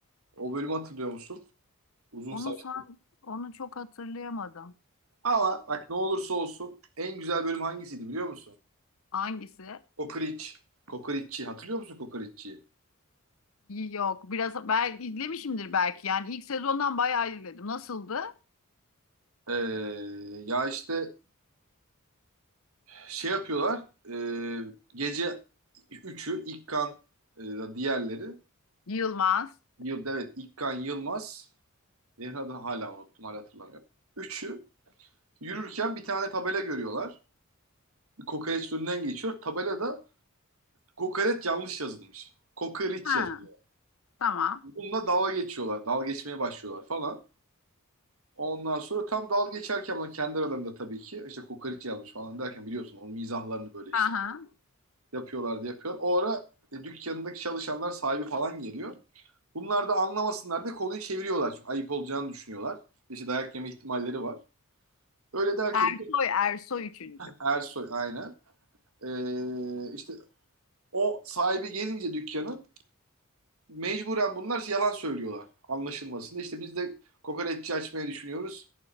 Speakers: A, on the right (about 75°); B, on the left (about 70°).
A: O bölümü hatırlıyor musun? Uzun
B: Onu
A: saç.
B: san onu çok hatırlayamadım.
A: Ama bak ne olursa olsun en güzel bölüm hangisiydi biliyor musun?
B: Hangisi?
A: Kokoreç. Kokoreççi. Hatırlıyor musun kokoreççiyi?
B: Yok, biraz ben izlemişimdir belki. Yani ilk sezondan bayağı izledim. Nasıldı?
A: Ee, ya işte şey yapıyorlar. e, gece üçü İlkan e, diğerleri.
B: Yılmaz.
A: Yıl, evet İlkan Yılmaz. Diğer adını hala unuttum hala hatırlamıyorum. Üçü yürürken bir tane tabela görüyorlar. kokoreç önünden geçiyor. Tabelada kokoreç yanlış yazılmış. Kokoreç
B: Ha,
A: yazıyor.
B: tamam.
A: Bununla dalga geçiyorlar. Dalga geçmeye başlıyorlar falan. Ondan sonra tam dalga geçerken ama kendi aralarında tabii ki işte kokoreç yazmış falan derken biliyorsun onun mizahlarını böyle işte
B: Aha.
A: yapıyorlar diye yapıyor. O ara e, dükkanındaki çalışanlar sahibi falan geliyor. Bunlar da anlamasınlar diye konuyu çeviriyorlar. Çünkü ayıp olacağını düşünüyorlar. İşte dayak yeme ihtimalleri var. Öyle derken
B: Ersoy,
A: işte
B: Ersoy üçüncü.
A: Ersoy aynen. Ee, işte o sahibi gelince dükkanın mecburen bunlar şey, yalan söylüyorlar anlaşılmasında. İşte biz de kokoreççi açmayı düşünüyoruz.